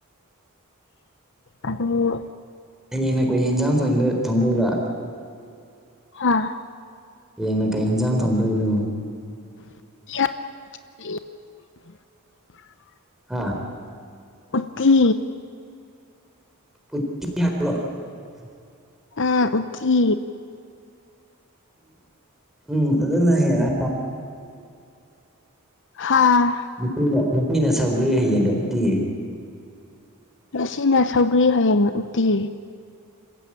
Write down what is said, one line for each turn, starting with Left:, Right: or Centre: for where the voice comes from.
Left: ꯑꯗꯨꯗꯣ
Centre: ꯑꯩꯅ ꯀ ꯌꯦꯟꯖꯥꯡ ꯊꯣꯏꯗ ꯊꯣꯡꯉꯣꯏꯕ
Left: ꯍꯥꯥ
Centre: ꯍꯡꯅ ꯀꯩ ꯍꯟꯖꯥꯡ ꯊꯣꯡꯗꯣꯏꯅꯣ
Left: <unintelligible> <inaudible>
Centre: ꯍꯥꯥ
Left: ꯎꯇꯤ
Centre: ꯄꯨꯤꯂꯣ <unintelligible> <inaudible>
Left: ꯑ ꯎ ꯎꯆꯤ
Centre: ꯎꯝ ꯑꯗꯨꯅ ꯍꯦꯔ
Left: ꯍꯥꯥ
Centre: ꯅꯨꯄꯤꯅ ꯅꯨꯄꯤꯅ ꯁꯧꯒ꯭ꯔꯤꯦ ꯍꯌꯦꯡꯅ ꯎꯇꯤ
Left: ꯃꯁꯤꯅ ꯁꯧꯒ꯭ꯔꯤ ꯍꯌꯦꯡ ꯎꯇꯤ